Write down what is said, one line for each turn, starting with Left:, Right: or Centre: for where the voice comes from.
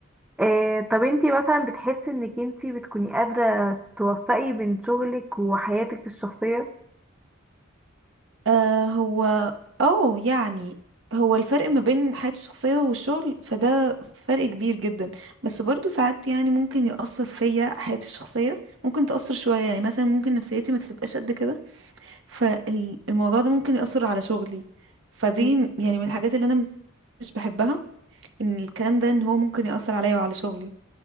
Centre: إيه طب انتي مثلا بتحسي انك انتي بتكوني قادرة توفقي بين شغلك وحياتك الشخصية
Right: آه هو اه يعني هو الفرق ما بين حياتي الشخصية والشغل فده فرق كبير جدا بس برضو ساعات يعني ممكن يأثر فيا حياتي الشخصية ممكن تأثر شوية يعني مثلا ممكن نفسيتي ما تبقاش قد كده فالموضوع ده ممكن يأثر على شغلي فدي
Centre: مم.
Right: يعني من الحاجات اللي انا مش بحبها ان الكلام ده ان هو ممكن يأثر عليا وعلى شغلي